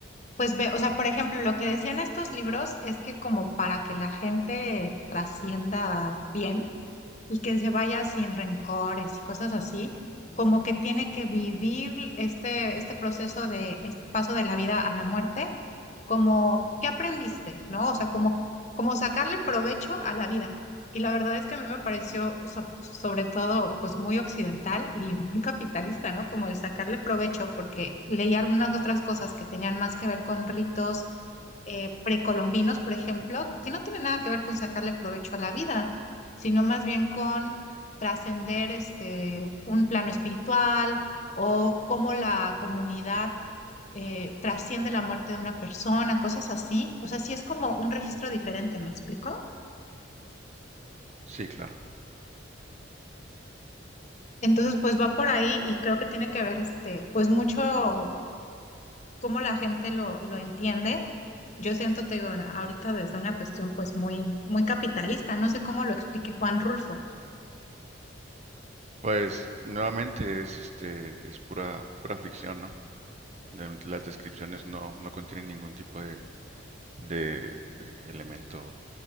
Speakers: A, on the left; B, on the right.
A: pues ve, o sea, por ejemplo, lo que decían estos libros es que como para que la gente trascienda bien, y que se vaya sin rencores y cosas así, como que tiene que vivir este, este proceso de este paso de la vida a la muerte, como, ¿qué aprendiste? ¿No? O sea, como, como sacarle provecho a la vida. Y la verdad es que a mí me pareció so- sobre todo pues muy occidental y muy capitalista, ¿no? Como el sacarle provecho, porque leí algunas otras cosas que tenían más que ver con ritos eh, precolombinos, por ejemplo, que no tienen nada que ver con sacarle provecho a la vida sino más bien con trascender este, un plano espiritual o cómo la comunidad eh, trasciende la muerte de una persona, cosas así. O sea, sí es como un registro diferente, ¿me explico?
B: Sí, claro.
A: Entonces, pues va por ahí y creo que tiene que ver este, pues mucho cómo la gente lo, lo entiende. Yo siento, te digo, ahorita desde una cuestión pues muy, muy capitalista, no sé cómo lo explique Juan Rulfo.
B: Pues nuevamente es este, es pura, pura ficción, ¿no? Realmente Las descripciones no, no contienen ningún tipo de, de, eh, elemento,